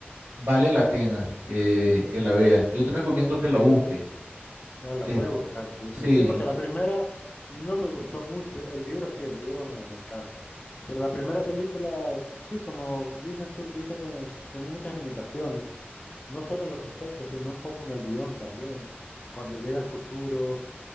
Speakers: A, on the right (about 80°); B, on the left (about 35°).
A: vale la pena eh, que la veas. Yo te recomiendo que la busques.
B: Ah, la
A: Eh,
B: voy a buscar, sí.
A: sí,
B: Sí, porque la
A: y-
B: primera no me gustó mucho. El libro, sí, el libro me, me encanta. Pero la primera película, sí, como dices tú, vi que ten- tenía muchas limitaciones, no solo en los efectos, sino un poco en el guión también. Cuando llega el futuro,